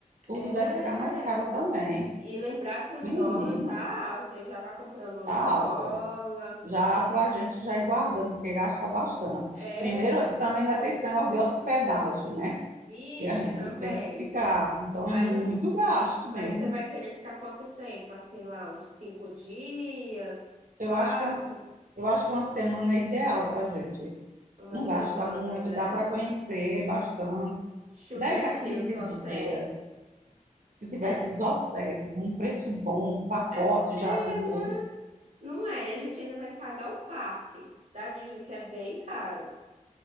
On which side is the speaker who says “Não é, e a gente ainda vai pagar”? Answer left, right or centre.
Right